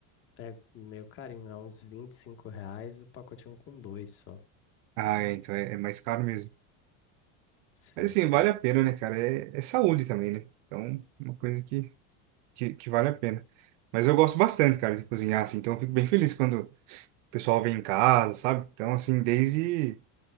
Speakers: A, on the left; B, on the right.
A: é meio carinho, é uns 25 reais, o pacotinho com dois só.
B: Ah, é, então é, é mais caro mesmo.
A: Sim.
B: Mas, assim, vale a pena, né, cara? É, é saúde também, né? Então, uma coisa que, que, que vale a pena. Mas eu gosto bastante, cara, de cozinhar, assim, então eu fico bem feliz quando o pessoal vem em casa, sabe? Então, assim, desde